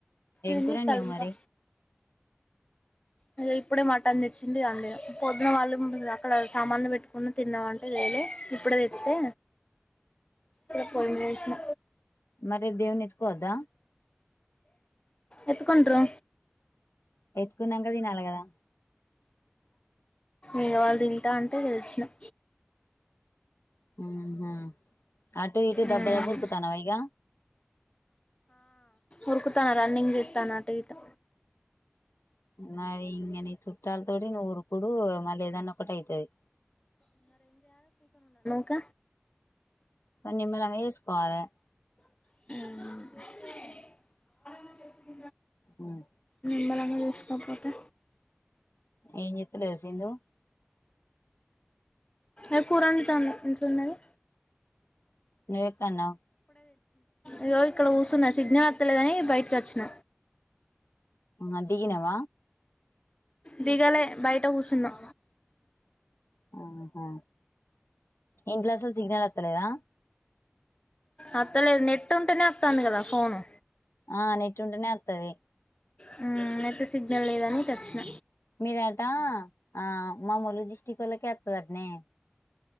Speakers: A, on the left; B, on the left.
A: ఏం
B: కూర
A: చేతలింక్కా
B: వండినావ్ మరి
A: ఇగో ఇప్పుడే మటన్ తెచ్చిండు అండీనా పొద్దున వాళ్ళు ఉన్నారు అక్కడ సామాన్లు పెట్టుకుని తిన్నావంటే లేదు ఇప్పుడే తెత్తే ఇగ పొయ్యేమీద ఏసిన
B: మరి దేవున్ని ఏతుక్కోవద్ద
A: ఎత్తుకుంట్రూ
B: ఎత్తుకున్నాంక తినాలే కదా
A: ఇగ వాళ్ళు తింటా అంటే ఇగ తెచ్చినం
B: ఉహు అటూ ఇటూ దబ్బా
A: మ్మ్
B: దబ్బ ఉరుకుతన్నావా ఇగ
A: ఉరుకుతాన్న రన్నింగ్ చెత్తాన్న అటు ఇటు
B: మరి ఇంగ నీ చుట్టాలు తోడి నువ్వు ఊరుకుడు మళ్ళీ ఏదన్న ఒకటి అయితది
A: గ
B: పని నిమ్మలంగా జేసుకోవాలే
A: హుమ్
B: ఉమ్
A: నిమ్మలంగా చూసుకోకపోతే
B: ఏంజేత్తలేదా సింధు
A: ఏ కురండుతాంది ఇంట్లున్నది
B: నువ్ ఎక్కన్నావ్
A: ఇగో ఇక్కడ కూర్చున్న సిగ్నల్ వత్తలేదని బయటకి వచ్చిన
B: హ దిగినవ
A: దిగలే బయట కూసున్నా
B: ఆహ ఇంట్ల సు సిగ్నలత్తలేదా
A: అత్తలేదు నెట్ ఉంటేనే అత్తంది కదా ఫోను
B: ఆ నెట్ ఉంటనే అత్తది
A: హు నెట్ సిగ్నల్ లేదని ఇటచ్చిన
B: మీదటా ఆ మా ములుగు డిస్ట్రిక్ ఒళ్ళకే ఒత్తదాట్నే